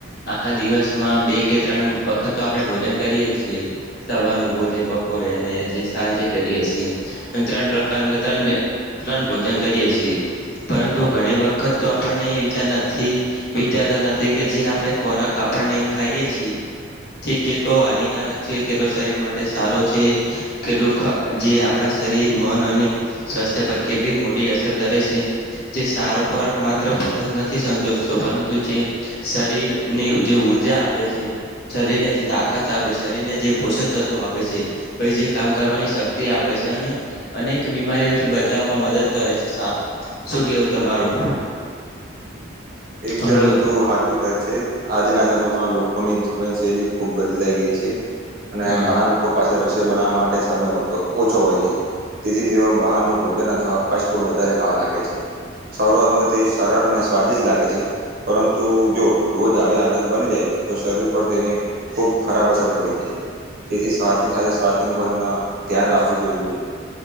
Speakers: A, on the left (about 55°); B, on the right (about 50°).
A: આખા દિવસમાં બે કે ત્રણ વખત તો આપડણે ભોજન કરીએ છીએ સવારનું ભોજન બપોરે અને જે સાંજે કરીએ છીએ ત્રણ પ્રકાર ત્રણ. તને ત્રણ ભોજન કરીએ છીએ પરંતુ ઘણી વખત તો આપણને એ વિચાર નથી વિચાર નથી કે જે આપણે ખોરાક આપણને ખાઈએ છીએ જે કેટલો હાનિકારક છે કેટલો શરીર માટે સારો છે કેટલું જે આપણા શરીર મન અને સ્વાસ્થ્ય પર કેટલી મોટી અસર કરે છે. જે, સારો ખોરાક માત્ર ભૂખ જ નથી સંતોષતો પરંતુ જે શરીરની જે ઉર્જા આપે છે શરીરને જે તાકાત આપે છે શરીરને જે પોષક તત્વ આપે છે પછ જે કામ કરવાની શક્તિ આપે છે છે અને અનેક બીમારીઓથી બચાવવામાં મદદ કરે છે સા શું કેવું તમારું
B: એકદમ
A: હલો
B: તું હાચું કે આજના સમયમાં લોકોની જીવનશૈલી ખુબ બદલાઈ ગઈ છે. અને
A: હા
B: ઘણા લોકો પાસે રસોઈ બનાવવા માટે સમય હતો ઓછો હોય છે તેથી તેઓ બહારનું ભોજન અથવા ફાસ્ટ ફૂડ વધારે ખાવા લાગે છે. શરૂઆતમ તે સરળ અને સ્વાદિષ્ટ લાગે છે. પરંતુ જો રોજ આવી આદત બની જાય તો શરીર પર તેની ખૂબ ખરાબ અસર પડી જાય. તેથી સ્વાથની સાથે સ્વાસ્થ્યનું પન અ ધ્યાન રાખવું જરૂરી છે.